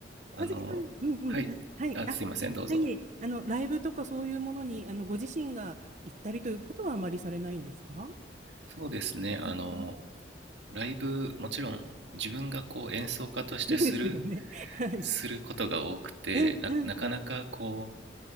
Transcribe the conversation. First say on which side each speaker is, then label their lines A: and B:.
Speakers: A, on the right; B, on the right.
A: あの、
B: 和樹さん、うんうん、
A: はい。
B: あ、はい、
A: あ、
B: あ、
A: すいません、どうぞ。
B: はい、あの、ライブとかそういうものに、あの、ご自身が行ったりということはあまりされないんですか
A: そうですね、あの、
B: うんうん
A: ライブ、もちろん自分がこう演奏家としてする、
B: そうですよね。はい。
A: することが多くて、
B: うんうん
A: な、なかなかこう、